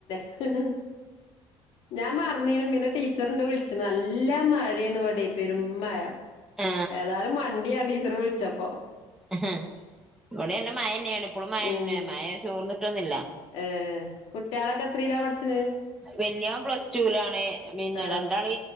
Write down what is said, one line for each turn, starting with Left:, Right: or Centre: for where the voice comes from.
Left: <unintelligible> ഞാൻ മറന്നീനു പിന്നെ ടീച്ചറിണ്ട് വിളി <unintelligible> നല്ല മഴേന്ന് വിടെ പെരും മഴ
Centre: ആ
Left: ഏതായാലും മണ്ടി ഞാ ടീച്ചറ് വിളിച്ചപ്പോ
Centre: <unintelligible> ഇവടീ നല്ല മഴന്നെണ് ഇപ്പോളും മഴ
Left: ഉം
Centre: ന്നെ മയ ചോർന്നിട്ടൊന്നു ല്ല
Left: ഏ കുട്ടികളൊക്കെ എത്രലാ പഠിച്ചിന്
Centre: വെല്യാൻ പ്ലസ്റ്റൂ ലാണ് പിന്നെ
Left: ആ
Centre: രണ്ടാള്